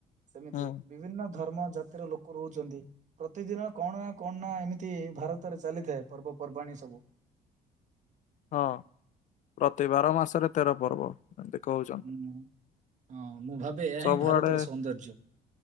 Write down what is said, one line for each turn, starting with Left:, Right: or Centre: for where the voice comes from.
Right: ସେମିତି
Left: ହୁଁ
Right: ବିଭିନ୍ନ ଧର୍ମ ଜାତିର ଲୋକ ରହୁଚନ୍ତି, ପ୍ରତିଦିନ କଣ ନା କଣ ନା ଏମିତି ଇନ୍ତି ଭାରତରେ ଚାଲିଥାଏ ପର୍ବପର୍ବାଣୀ ସବୁ।
Left: ହଁ, ପ୍ରତିବାର ମାସରେ ତେର ପର୍ବ। <unintelligible>
Right: ହୁଁ ହଁ ମୁଁ ଭାବେ ଏହା
Left: ସବୁଆଡେ
Right: ହିଁ ଭାରତର ସୌନ୍ଦର୍ଯ୍ୟ।